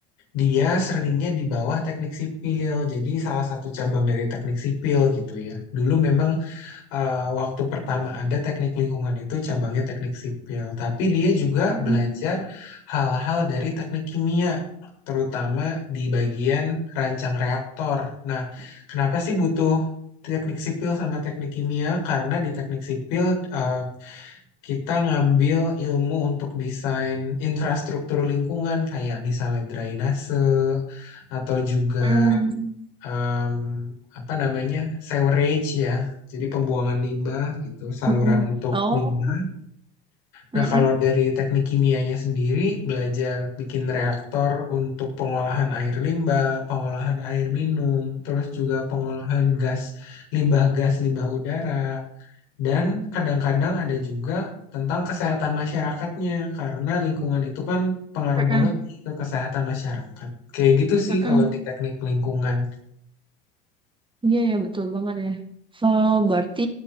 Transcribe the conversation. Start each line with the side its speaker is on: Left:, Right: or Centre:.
Left: dia seringnya di bawah teknik sipil. Jadi salah satu cabang dari teknik sipil gitu ya. Dulu memang eh, waktu pertama ada teknik lingkungan itu cabangnya teknik sipil, tapi dia juga
Right: Hmm,
Left: belajar hal-hal dari teknik kimia, terutama di bagian rancang reaktor. Nah, kenapa sih butuh teknik sipil sama teknik kimia? Karena di teknik sipil eh, kita ngambil ilmu untuk desain infrastruktur lingkungan, kayak misalnya drainase atau juga
Right: hmm,
Left: em, apa namanya sewerage ya jadi pembuangan limbah gitu saluran
Right: mm-mm.
Left: untuk
Right: Oh,
Left: limbah nah
Right: mm-mm,
Left: kalau dari teknik kimianya sendiri belajar bikin reaktor untuk pengolahan air limbah pengolahan air minum terus juga pengolahan gas limbah gas limbah udara dan kadang-kadang ada juga tentang kesehatan masyarakatnya karena lingkungan itu kan pengaruh
Right: mm-mm,
Left: banget nih ke kesehatan masyarakat kayak gitu sih
Right: mm-mm.
Left: kalau di teknik lingkungan
Right: Iya ya betul banget ya. Oh, berarti